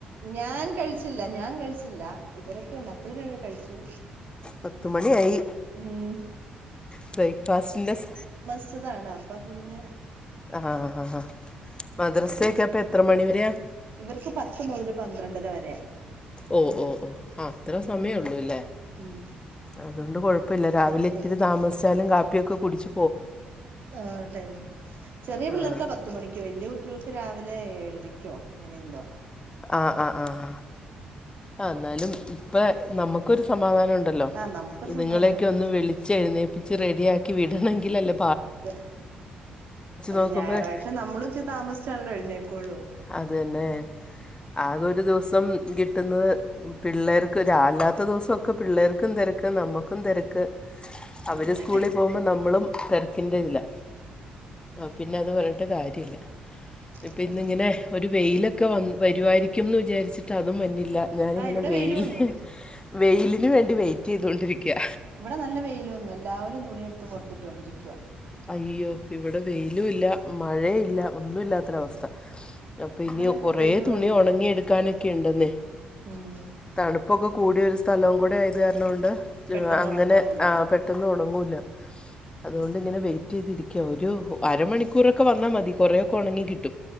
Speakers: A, on the right (about 60°); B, on the left (about 25°).
A: ഞാൻ കഴിച്ചില്ല ഞാൻ കഴിച്ചില്ല ഇവരൊക്കെ മക്കള് രൺ കഴിച്ചു
B: പത്തുമണി ആയി
A: ഉം
B: ബ്രേക്ക്ഫാസ്റ്റിന്റെ സ്
A: ച്ചതാണ് അപ്പൊ പിന്നെ
B: ആ ഹ ആ ഹാ ഹാ ഹാ മദ്രസേക്കെപ്പം എത്ര മണിവരെയാ
A: ഇവർക്ക് പത്ത് മുതൽ പന്ത്രണ്ടര വരെ
B: ഓ ഓ ഓ അത്ര സമയെള്ളൂല്ലേ
A: ഉം
B: അതുകൊണ്ട് കുഴപ്പെല്ല രാവിലെ
A: കൊഴപ്പല്ല
B: ഇത്തിരി താമസിച്ചാലും കാപ്പിയൊക്കെ കുടിച്ചു
A: ആഹ് ടൈം ചെറിയ പിള്ളേർക്കാ
B: ആ
A: പത്ത് മണിക്ക് വല്യ കു ട്ടികൾക്ക് രാവിലെ ഏഴരക്കോ അങ്ങനെ എന്തോ
B: ആഹ് ആഹ് ആഹ് ആഹ് ആഹ് ന്നാലും ഇപ്പെ നമുക്കൊരു സമാധാനം ഉണ്ടല്ലോ
A: ആഹ് നമുക്കൊരു സമാധാനണ്ട്
B: നിങ്ങളേയൊക്കെ ഒന്ന് വിളി ച്ചെഴുന്നേപ്പിച്ച് റെഡിയാക്കി വിടണെങ്കിലല്ലേ
A: തെ അത്
B: നോക്കുമ്പോൾ
A: ഞായറാഴ്ച നമ്മളും ഇച്ചിരി താമസിച്ചാണല്ലോ എഴുന്നേക്കുള്ളൂ
B: അതന്നെ ആകെ ഒരു ദിവസം കിട്ടുന്നത് പിള്ളേർക്കൊരാ അല്ലാത്ത ദിവസോക്കെ പിള്ളേർക്കും തിരക്ക് നമ്മുക്കും തെരക്ക്
A: അത്
B: അവര്
A: തന്നെ
B: സ്കൂളി പോകുമ്പോ നമ്മളും തെരക്കിന്റെ ഇതില ആഹ് പിന്നെ അത് പറഞ്ഞിട്ട് കാര്യല്ല ഇപ്പ
A: അത് തന്നെ
B: ഇര്ന്ന് ഇങ്ങനെ ഒരു വെയിലൊക്കെ വന് വരുവായിരിക്കുംന്ന് വിചാരിച്ചിട്ട് അതും വന്നില്ല ഞാനിങ്ങനെ
A: ആഹ് ഇവിടെ
B: വെയില്
A: വന്നു
B: വെയിലിന് വേണ്ടി വെയിറ്റ് ചെയ്തോണ്ടിരിക്യാ
A: ഇവിടെ നല്ല വെയില് വന്ന് എല്ലാവരും തുണിയെടുത്ത് പുറത്തിട്ടൊണ്ടിരിക്കുവ
B: അയ്യോ ഇവിടെ വെയിലും ഇല്ല മഴേയില്ല ഒന്നും ഇല്ലാത്തൊരവസ്ഥ അപ്പൊ
A: ഇവിടെ
B: ഇനി
A: നല്ല
B: കുറെ
A: വെയില്
B: തുണി
A: വന്നു
B: ഉണങ്ങി എടുക്കാനൊക്കെ ഉണ്ടെന്നേ
A: ഉം
B: തണുപ്പൊക്കെ കൂടിയൊരു സ്ഥലോം കൂടെ ആയത്കാരണോണ്ട് ജ്
A: പെട്ടെന്ന്
B: അങ്ങനെ
A: ഉണങ്ങുവേം ഇല്ല
B: ആഹ് പെട്ട് ട്ടന്ന് ഒണങ്ങുല്ല അതുകൊണ്ട് എങ്ങനെ വെയിറ്റ് ചെയ്തിരിക്ക ഒരു അരമണിക്കൂറൊക്കെ വന്നാ മതി കുറെയൊക്കെ ഒണങ്ങി കിട്ടും